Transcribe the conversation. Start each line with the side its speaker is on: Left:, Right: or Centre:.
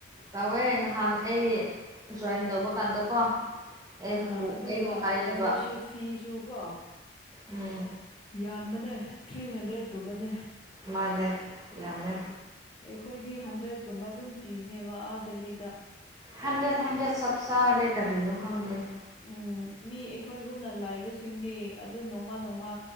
Right: ꯇꯧꯋꯦ ꯅꯍꯥꯟ ꯑꯩ ꯖꯣꯏꯟ ꯇꯧꯕ ꯀꯥꯟꯗꯀꯣ ꯑꯩꯕꯨ
Left: ꯑ ꯑꯗꯨꯒ
Right: ꯑꯩꯕꯨ ꯍꯥꯏꯌꯦꯕ
Left: ꯃꯦꯝꯕꯔꯁꯤꯞ ꯐꯤꯁꯨ ꯀꯣ
Right: ꯎꯝ
Left: ꯌꯥꯝꯕꯅꯦ ꯊ꯭ꯔꯤ ꯍꯟꯗ꯭ꯔꯦꯠꯀꯨꯝꯕꯅꯦ
Right: ꯃꯥꯅꯦ ꯌꯥꯝꯃꯦ
Left: ꯑꯩꯈꯣꯏꯗꯤ ꯍꯟꯗ꯭ꯔꯦꯠꯀꯨꯝꯕ ꯑꯗꯨꯝ ꯄꯤꯕꯅꯦꯕ ꯑꯥ ꯗꯦꯜꯂꯤꯗ
Right: ꯍꯟꯗ꯭ꯔꯦꯠ ꯍꯟꯗ꯭ꯔꯦꯠ ꯆꯞ ꯆꯥꯔꯦ ꯀꯔꯤ ꯅꯣ ꯍꯟꯗ꯭ꯔꯦꯠ
Left: ꯑꯝ ꯃꯤ ꯑꯩꯈꯣꯏꯒꯨꯝꯅ ꯂꯥꯏꯕꯁꯤꯡꯗꯤ ꯑꯗꯨ ꯅꯣꯡꯃ ꯅꯣꯡꯃ